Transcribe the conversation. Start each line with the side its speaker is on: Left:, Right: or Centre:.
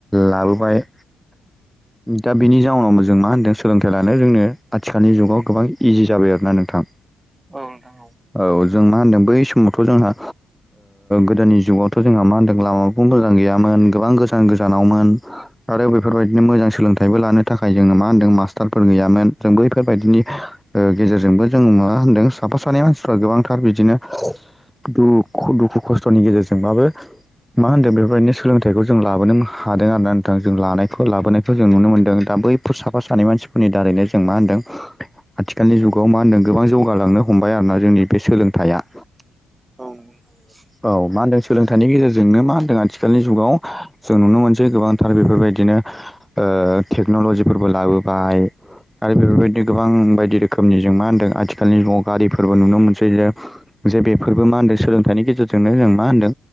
Centre: लाबोबाय। दा बिनि जाउनाव जों मा होनदों सोलोंथाइ लानो जोंनो आथिखालनि जुगाव गोबां इजि जाबाय आरोना नोंथां।
Right: औ नोंथां
Centre: औ जों मा होनदों बै समावथ' जोंहा गोदोनि जुगावथ' जोंहा मा होनदों लामा मोजां गैयामोन गोबां गोजान गोजानावमोन, आरो बेफोरबायदिनो मोजां सोलोंथाइ बो लानो थाखाय जोङो मा होनदों मास्टारफोर गैयामोन। जों बैफोरबायदिनि ओ गेजेरजोंबो जों मा होनदों साफा सानै मानसिफ्रा गोबांथार बिदिनो दुखु, दुखु खस्थ'नि गेजेरजोंबाबो मा होन्दों बेफोरबायदिनो सोलोंथाइखौ जों लाबोनो हादों आरोना नोंथां, जों लानायखौ लाबोनायखौ जों नुनो मोन्दों दा बैफोर साफा सानै मानसिफोरनि दारैनो जों मा होनदों आथिखालनि जुगाव मा होनदों गोबां जौगालांनो हमबाय आरोोना जोंनि बे सोलोंथाइया।
Right: औ नंगौ नोंथां नंगौ।
Centre: औ मा होनदों सोलोंथाइनि गेजेरजोंनो मा होनदों आथिखालनि जुगाव जों नुनो मोनसै गोबां आरो बेफोरबायदिनो ओ टेक्नलजिफोरबो लाबोबाय आरो बेफोरबायदि गोबां बायदि रोखोमनि जों मा होनदों आथिखालनि जुगाव गारिफोरबो नुनो मोनसै जों। जे बेफोरबो मा होन्दों सोलोंथाइनि गेजेरजोंनो जों मा होन्दों